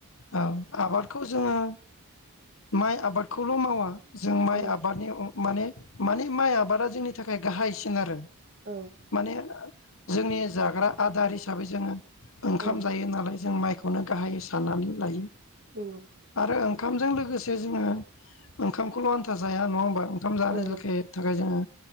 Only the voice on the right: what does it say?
औ
औ
औ
नंगौ।
औ नंगौ